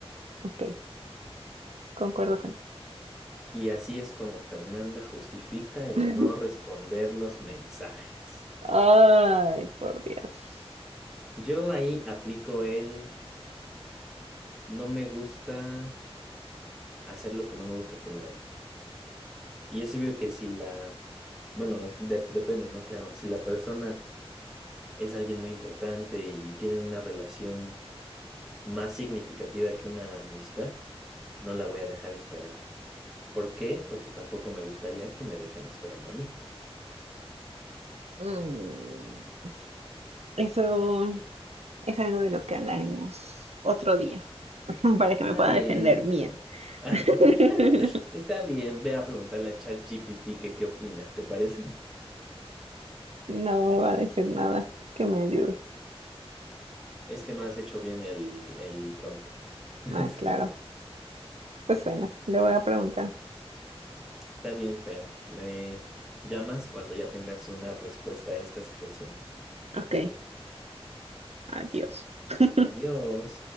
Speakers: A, on the right; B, in the centre.
A: Ok, concuerdo contigo.
B: Y así es como Fernanda justifica el
A: <laughs>
B: no responder los mensajes.
A: Ay, por Dios.
B: Yo ahí aplico el no me gusta hacer lo que no me gusta que me hagan. Y es obvio que si la, bueno, es- dep- depende, ¿no? Claro, si la persona es alguien muy importante y tienen una relación más significativa que una amistad, no la voy a dejar esperando. ¿Por qué? Porque tampoco me gustaría que me dejen esperando a mí.
A: Mm, Eso. Es algo de lo que hablaremos otro día, <laughs> para que me
B: Está
A: pueda
B: bien.
A: defender bien.
B: eh. <laughs>
A: <laughs>
B: Está bien, ve a preguntarle a ChatGPT que qué opina, ¿te parece?
A: No me va a decir nada que me ayude.
B: Es que no has hecho bien el, el prompt. <laughs>
A: Ah, claro. Pues bueno, le voy a preguntar.
B: Está bien, Fer. Me llamas cuando ya tengas una respuesta a esta situación.
A: Ok, adiós. <laughs>
B: Adiós.